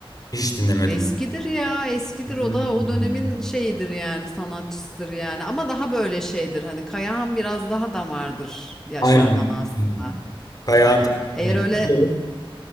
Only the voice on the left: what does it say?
Hiç dinlemedim.
Hmm.
Aynen.
Hmm. Kayahan
tam
benlik.
Değil